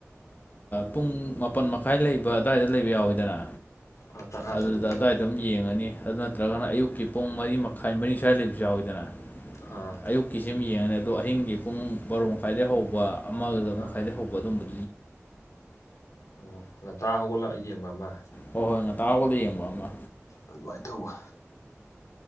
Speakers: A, on the left; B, on the left.
A: ꯄꯨꯡ ꯃꯥꯄꯜ ꯃꯈꯥꯏ ꯂꯩꯕ ꯑꯋꯥꯏꯗ ꯂꯩꯕ ꯌꯥꯎꯋꯤꯗꯅ
B: ꯑꯥ ꯇꯔꯥ
A: ꯑꯗꯨꯗ
B: ꯁ꯭ꯋꯥꯏꯗ ꯂꯩꯕꯗꯣ
A: ꯑꯗꯨꯗꯥꯋꯥꯏꯗꯝ ꯌꯦꯡꯉꯅꯤ ꯑꯗꯨ ꯅꯠꯇ꯭ꯔꯒꯅ ꯑꯌꯨꯛꯀꯤ ꯄꯨꯡ ꯃꯔꯤ ꯃꯈꯥꯏ ꯃꯔꯤ ꯁꯂꯤꯕ ꯆꯥꯎꯎꯋꯤꯗꯅ
B: ꯑꯥ
A: ꯑꯌꯨꯛꯀꯤꯁꯤ ꯌꯦꯡꯉꯅꯤ ꯑꯗꯣ ꯑꯍꯤꯡꯒꯤ ꯄꯨꯡ ꯕꯥꯔꯣ ꯃꯈꯥꯏꯗꯩ ꯍꯧꯕ ꯑꯃꯒ
B: ꯑꯥ
A: ꯃꯈꯥꯏꯗꯩ ꯍꯧꯕ ꯑꯗꯨꯝꯕꯗꯨ
B: ꯑꯣ ꯉꯟꯇꯥ ꯍꯧꯒꯠꯂ ꯌꯦꯡꯕ ꯑꯃ
A: ꯍꯣꯏ ꯍꯣꯏ ꯉꯇꯥ ꯍꯒꯥꯎꯜꯗ ꯌꯦꯡꯕ ꯑꯃ
B: ꯑꯗꯨꯃꯥꯏꯅ ꯇꯧꯕ